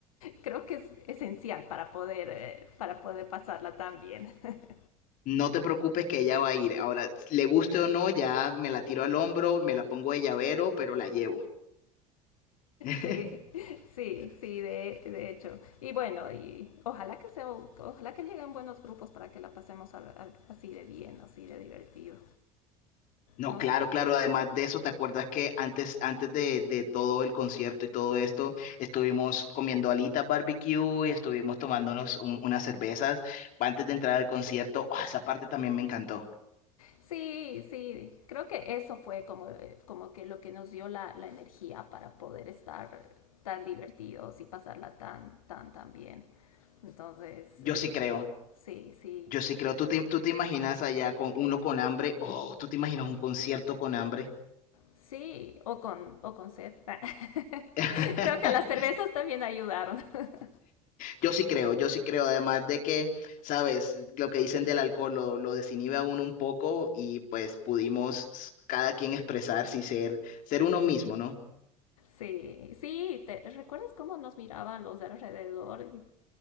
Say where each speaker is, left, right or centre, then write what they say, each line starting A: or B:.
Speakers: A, on the left; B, on the left.
A: creo que es esencial para poder, eh, para poder pasarla tan bien. <laughs>
B: No te preocupes que ella va a ir. Ahora, le guste o no, ya me la tiro al hombro, me la pongo de llavero, pero la llevo. <laughs>
A: Sí, sí, sí, de, de hecho. Y bueno, y ojalá que sea, ojalá que lleguen buenos grupos para que la pasemos al- al- así de bien, así de divertido.
B: No,
A: Nos,
B: claro, claro. Además de eso, ¿te acuerdas que antes, antes de, de todo el concierto y todo esto, estuvimos comiendo alitas barbecue y estuvimos tomándonos un- unas cervezas antes de entrar al concierto? Ah, esa parte también me encantó.
A: Sí, sí, creo que eso fue como, como que lo que nos dio la, la energía para poder estar tan divertidos y pasarla tan, tan, tan bien. Entonces,
B: Yo
A: eh,
B: sí creo,
A: sí, sí,
B: yo sí creo. ¿Tú te, tú te imaginas allá con uno con hambre? Oh, ¿tú te imaginas un concierto con hambre?
A: sí, o con, o con sed.
B: <laughs>
A: <laughs> creo que las cervezas también ayudaron. <laughs>
B: Yo sí creo, yo sí creo, además de que, sabes, lo que dicen del alcohol lo, lo desinhibe a uno un poco y pues pudimos s- cada quien expresarse y ser, ser uno mismo, ¿no?
A: Sí, sí, ¿te recuerdas cómo nos miraban los de alrededor? Y